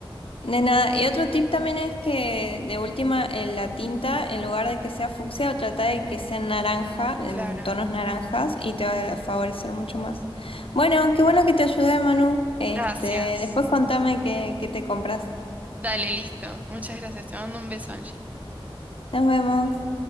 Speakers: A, on the left; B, on the right.
A: De nada. Y otro tip también es que de última en la tinta, en lugar de que sea fucsia, trata de que sea naranja, en
B: Claro.
A: tonos naranjas, y te va a favorecer mucho más. Bueno, qué bueno que te ayudé, Manu. Este,
B: Gracias.
A: después contame qué, qué te compras.
B: Dale, listo. Muchas gracias. Te mando un beso, Angie.
A: Nos vemos.